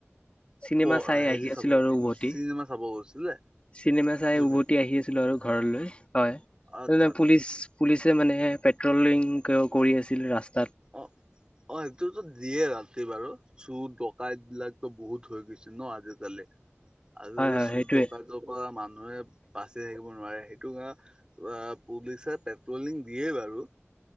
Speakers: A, on the left; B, on the right.
A: চিনেমা
B: প-
A: চাই
B: হেৰি
A: আহি আছিলো
B: চাব
A: আৰু উভতি
B: চিনেমা চাব গৈছিলে
A: চিনেমা চাই
B: জুবিন
A: উভতি আহি আছিলোঁ। আৰু ঘৰলৈ হয়,
B: আচ্ছা আচ্ছা
A: পুলিচ পুলিচে মানে পেট্ৰলিং কৰি আছিল ৰাস্তাত।
B: অ, অ, সেইটোতো দিয়ে ৰাতি বাৰু। চুৰ ডকাইত বিলাকো বহুত হৈ গৈছে ন, আজিকালি আজি
A: হয়
B: কালি
A: হয়
B: চুৰ
A: সেইটোয়ে
B: ডকা পৰা মানুহে বাচি থাকিব নোৱাৰে, সেইটো কাৰ অ, পুলিচে পেট্ৰলিং দিয়ে বাৰু।